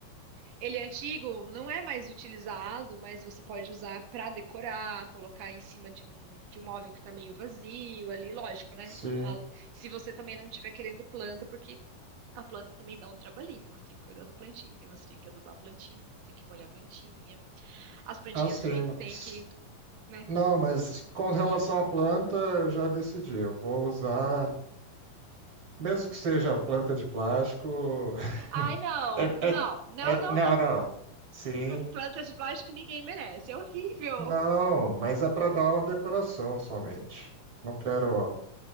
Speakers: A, on the right; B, on the right.
A: ele é antigo, não é mais utilizado, mas você pode usar para decorar, colocar em cima de um, de um móvel que tá meio vazio ali, lógico, né?
B: Sim,
A: A- Se você também não estiver querendo planta, porque a planta também dá um trabalhinho, você tem que cuidar da plantinha, você tem que adubar a plantinha, você tem que molhar a plantinha. As plantinhas
B: ah, sim,
A: também
B: mas.
A: tem que, né?
B: Não, mas com relação à planta, eu já decidi. Eu vou usar, mesmo que seja planta de plástico. <laughs>
A: Ai, não,
B: É,
A: não,
B: é-
A: não,
B: é-
A: não,
B: não,
A: não.
B: não. Sim.
A: Planta de plástico ninguém merece, é horrível.
B: Não, mas é para dar uma decoração somente. Não quero,